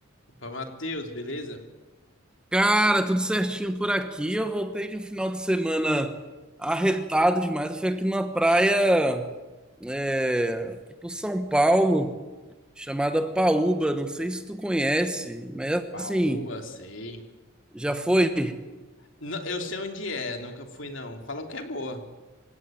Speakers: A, on the left; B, in the centre.
A: Opa, Matheus, beleza?
B: Cara, tudo certinho por aqui. Eu voltei de um final de semana arretado demais. Eu fui aqui numa praia, é, aqui por São Paulo, chamada Paúba. Não sei se tu conhece, mas
A: Paoba,
B: assim,
A: sei.
B: já foi.
A: Não, eu sei onde é, nunca fui não. Falam que é boa.